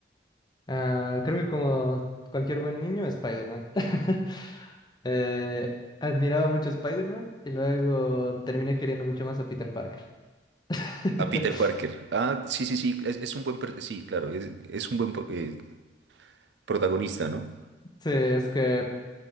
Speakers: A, on the left; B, on the right.
A: ah, creo que como cualquier buen niño, Spider-Man. <laughs> Eh, admiraba mucho a Spider-Man y luego terminé queriendo mucho más a Peter Parker. <laughs>
B: A Peter Parker. Ah, sí, sí, sí, es, es un buen, per- sí, claro, es, es un buen po- eh, protagonista, ¿no?
A: Sí, es que